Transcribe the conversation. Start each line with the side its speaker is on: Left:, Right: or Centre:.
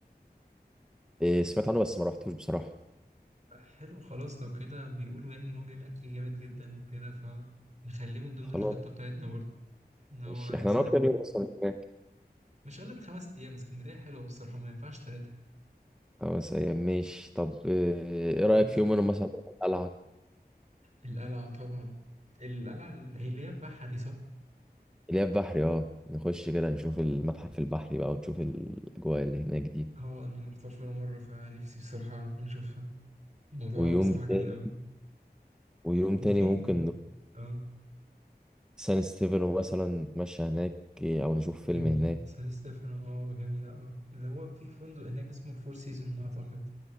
Centre: إيه سمعت عنه بس ما رحتوش بصراحة
Right: آه، حلو خلاص لو كده بيقولوا يعني ان هو بيعمل اكل جامد جدا وكده فنخليه من ضمن
Centre: خلاص
Right: الخطه بتاعتنا برضو ان هو
Centre: ماشي احنا
Right: مثلا
Centre: هنقعد كام يوم أصلا هناك
Right: مش اقل من خمس ايام اسكندريه حلوه بصراحه ما ينفعش تلاتة
Centre: خمس أيام ماشي طب إيه إيه رأيك
Right: مدخن
Centre: في يوم منهم مثلا نروح القلعة
Right: القلعة طبعا القلعة ال- هي اللي هي بقى حديثة
Centre: اللي هي البحري اه نخش كده نشوف المتحف البحري بقى ونشوف الأجواء اللي هناك دي
Right: اه أنا مرحتهاش ولا مرة فنفسي بصراحة أعرف نشوفها الموضوع
Centre: ويوم
Right: بصراحة جميل
Centre: تاني
Right: أوي
Centre: ويوم
Right: وفي
Centre: تاني ممكن
Right: م-
Centre: نروح
Right: اه
Centre: سان ستيفن مثلا نتمشى هناك إيه، أو نشوف
Right: جميل
Centre: فيلم هناك
Right: سان ستيفانو اه جميلة اه اللي هو في فندق هناك اسمه الفور سيزون أعتقد